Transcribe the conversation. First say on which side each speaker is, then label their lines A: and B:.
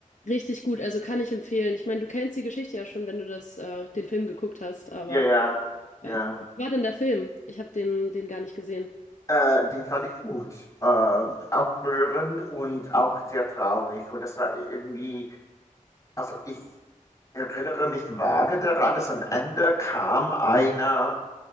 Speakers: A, on the left; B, on the left.
A: richtig gut. Also kann ich empfehlen. Ich meine, du kennst die Geschichte ja schon, wenn du das, äh, den Film geguckt hast, aber
B: Ja, ja, ja.
A: ja. Wie war denn der Film? Ich habe den, den gar nicht gesehen.
B: Äh, den fand ich gut. Äh, auch rührend und auch sehr traurig. Und das war irgendwie, also ich erinnere mich vage daran, dass am Ende kam einer,